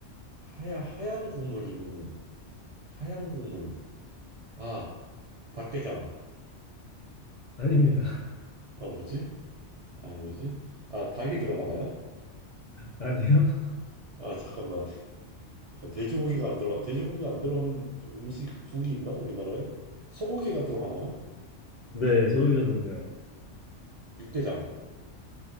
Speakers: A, on the right (about 50°); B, on the left (about 55°).
A: 하 하얀 국물이면은 하얀 국물 아, 닭게장.
B: 아닙니다. <laughs>
A: 아, 뭐지? 아니, 뭐지? 아, 닭이 들어가나요?
B: 아니요?
A: 아, 잠깐만. 잠깐, 돼지고기가 안 들어가, 돼지고기가 안 들어가는 음식, 국이 있나? 우리나라에? 소고기가 들어가나요?
B: 네, 소고기가 들어가요.
A: 육개장.